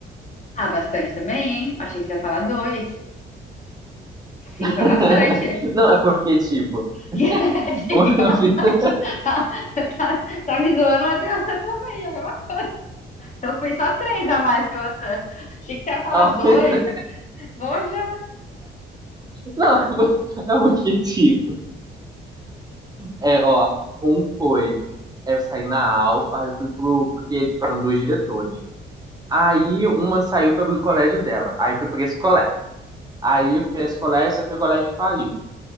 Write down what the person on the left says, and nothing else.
Ah, bastante também, hein? Achei que você ia falar dois. Cinco
é bastante. <laughs>
Yes, cinco
é bastante.
Tá, você tá, tá me zoando, mas é você também, é a mesma coisa. Eu fui só três a mais que você. Achei que você ia falar
dois.
Poxa.